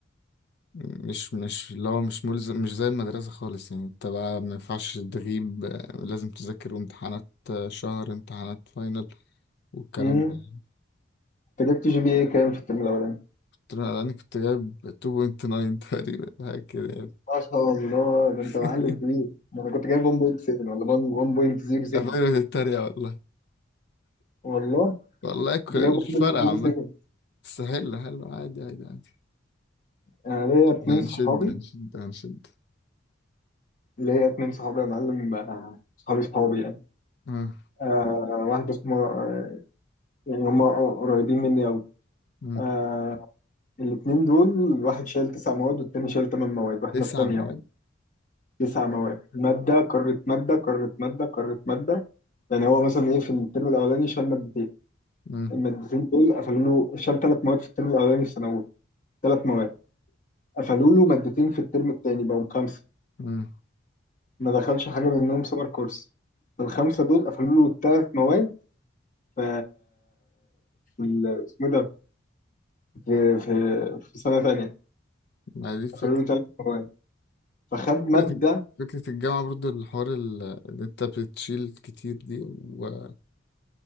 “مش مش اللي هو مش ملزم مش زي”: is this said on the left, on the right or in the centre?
Left